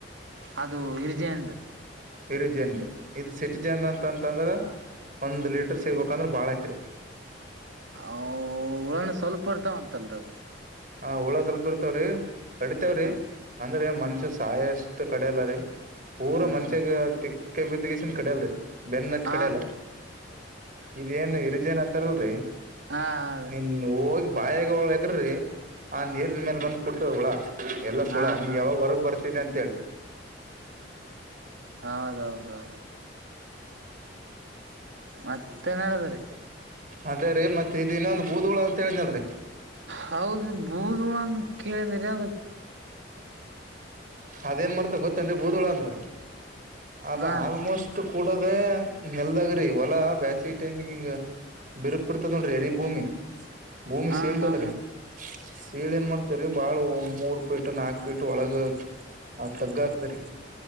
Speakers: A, on the right; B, on the right.
A: ಅದು ಹಿರ್ಜೆಂದ.
B: ಇರಿಜೆನ್ದ ಇದ ಸಿಟಿಜೆನ್ ಅಂತಂತಂದ್ರ. ಒಂದ್ ಲೀಟರ್ ಸೇಗ್ಬೇಕಂದ್ರ ಬಾಳ ಐತ್ರಿ.
A: ಅವು ಹುಳಾನು ಸ್ವಲ್ಪ ಇರ್ತಾವಂತಲ್ರಿ ಅವು.
B: ಹ ಹುಳ ಸ್ವಲ್ಪ ಇರ್ತವ್ರಿ ಕಡಿತವ್ರಿ.
A: ಹಾಂ
B: ಅಂದ್ರೆ ಮನಸ್ಯ ಸಾಯಸ್ಟ ಕಡ್ಯಲಾರಿ. ಪೂರಾ
A: ಹಾಂ
B: ಮನಸ್ಯಗ
A: ಹಾಂ
B: ತಿಕ್ಕೇಬಿದಗೆಸಿಂದ ಕಡ್ಯಲ್ರಿ. ಬೆನ್ ಹತ್ತ
A: ಹಾಂ
B: ಕಡ್ಯಾಲ ಇದೇನ ಹಿರಿಜೇನ್ ಅಂತಾರಲ್ರಿ.
A: ಹಾಂ
B: ನಿನ್ ಹೋಗಿ ಬಾಯಾಗ ಹೋಗ್ ಎಗರಿ ಆ ನೀರಿನ ಮೇಲ ಬಂದು ಕುಡ್ತವ ಹುಳಾ. ಎಲ್ಲಸ ಹುಳಾ
A: ಹಾಂ
B: ನೀ
A: ಹಾಂ
B: ಯಾವಾಗ ಹೊರಗ್ ಬರ್ತಿದೆ ಅಂತೇಳಿ.
A: ಹೌದು ಹೌದು ಹೌದು. ಮತ್ತೆನ್ ಆದ್ರಿ.
B: ಅದೇ ರೀ ಮತ್ತ ಇದ ಇನ್ನೊಂದು ಬೂದುಳ ಅಂತ ಹೇಳನಲ್ರಿ.
A: ಹೌದು ಬೂದವಾ ಅಂತ ಕೇಳಿದ್ರಿ ಅದಕ್.
B: ಅದೇನ್ ಮಾಡ್ತದ ಗೊತ್ತೇನ್ರಿ ಬೂದುಳ ಅಂದ್ರ ಅದು
A: ಹಾ ರೀ
B: ಆಲ್ಮೋಸ್ಟ್ ಕು ಕೂಡದೆ ನೆಲ್ದಾಗ್ರಿ ಹೊಲಾ ಬ್ಯಾಚಿ ಟೆಮಿಗ ಹಿಂಗ. ಬಿರುಕ್ ಬಿಡ್ತದ ನೋಡ್ರಿ ಎರಿ ಭೂಮಿ ಭೂಮಿ
A: ಹಾ
B: ಸೀಳ್ತದ್ರಿ.
A: ಹಾ
B: ಸೀಳಿ ಏನ್ ಮಾಡ್ತರಿ ಬಾಳ ಮೂರ್ ಫೀಟ್ ನಾಕ್ ಫೀಟ್ ಒಳಗ ಹ ತಗ್ಗ ಆತದ್ರಿ.